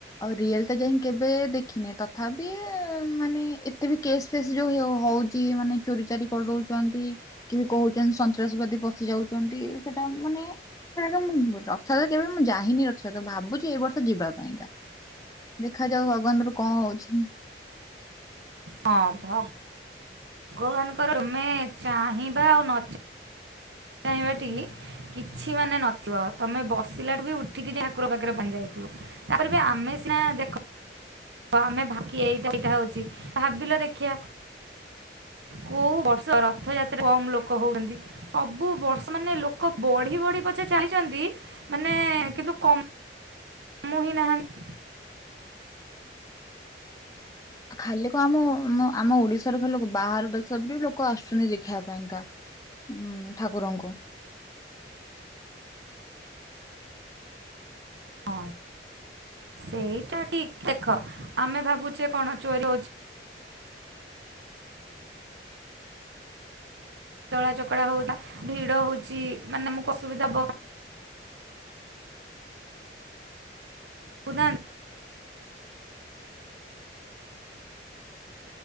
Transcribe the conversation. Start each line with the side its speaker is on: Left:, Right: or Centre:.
Left: ଆଉ ରିଏଲ୍ ତ ଯାଇ କେବେ ଦେଖିନେ ତଥାବି। ମାନେ ଏତେ ବି କେସ୍ ଫେସ୍ ଯୋଉ ହଉଛି ମାନେ ଚୋରି ଚାର କରିଦଉଛନ୍ତି। କି କହୁଛନ୍ତି ସନ୍ତାସବାଦୀ ପଶି ଯାଉଛନ୍ତି ସେଟା ମାନେ। ମୁଁ ରଥଯାତ କେବେ ମୁଁ ଯାଇନି ରଥଯାତ ଭାବୁଛି ଏଇ ବର୍ଷ ଯିବା ପାଇଁକା। ଦେଖା ଯାଉ ଭଗବାନ ଦୟାରୁ କଣ ହଉଛି।
Right: ହଁ ଭଗ୍ ଭାଗବାନଙ୍କର ତୁମେ ଚାହିଁବା ଆଉ ନ <unintelligible> କିଛି ମାନେ ନଥିବ। ତମେ ବସିଲା ଠୁ ବି ଉଠିକି ଠାକୁର ପାଖରେ ପହଞ୍ଚି ଯାଇଥିବ। ତାପରେ ବି ଆମେ ସିନା ଦେଖ ଆମେ ଦ୍ଭାକି ଏଇଟା ଏଇଟା ହଉଛି। ଭାବିଲ ଦେଖିିବା କୋଉ ବର୍ଷ ରଥଯାତ୍ରା କମ୍ ଲୋକ ହଉଛନ୍ତି? ସବୁ ବର୍ଷ ମାନେ ଲୋକ ବଢି ବଢି ପଛେ ଚାଲିଛନ୍ତି, ମାନେ କିନ୍ତୁ କ କାମୁ ହିଁ ନାହାନ୍ତି।
Left: ଖାଲି କ ଆମ, ଆମ ଓଡିଶା ଓଡ଼ିଶାରୁ ଲୋକ, ବାହାର ଦେଶ ରୁ ବି ଲୋକ ଆସୁଛନ୍ତି ଦେଖିବା ପାଇଁକା ଉ ଠାକୁରଙ୍କୁ।
Right: ହଁ, ସେଇଟା ଠିକ। ଦେଖ ଆମେ ଭାବୁଛେ କଣ ଚୋର ହଉଛି। ଦଳା ଚକଡା ହଉଥାଏ। ଭିଡ ହଉଛି ମାନେ ଆମକୁ ଅସୁବିଧା <unintelligible> <inaudible> <unintelligible>